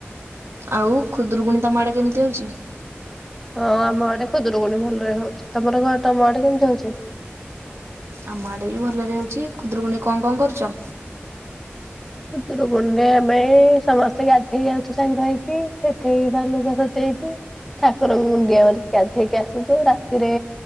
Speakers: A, on the right; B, in the centre.
A: ଆଉ ଖୁଦରୁକୁଣି ତମ ଆଡ଼େ କେମିତି ହେଉଛି।
B: ହଁ ଆମ ଆଡେ ଖୁଦରୁକୁୁଣୀ ଭଲରେ ହଉଛି। ତମର ବା ତମ ଆଡେ କେମିତି ହଉଛି।
A: ଆମ ଆଡେ ବି ଭଲରେ ହଉଛି ଖୁଦୁରୁ କୁଣୀ କଁ କଁ କରୁଛ।
B: ଖୁଦୁରୁକୁଣି ରେ ଆମେ ସମସ୍ତେ ଗାଧେଇ ଯାଉଛୁ ସାଙ୍ଗ ହେଇକି ସେଠେଇ ବାଲୁକା ସଜେଇକି। ଠାକୁରଙ୍କୁ ମୁଣ୍ଡିଆ ମାରିକି ଗାଧେଇକି ଆସୁଛୁ ରାତିରେ।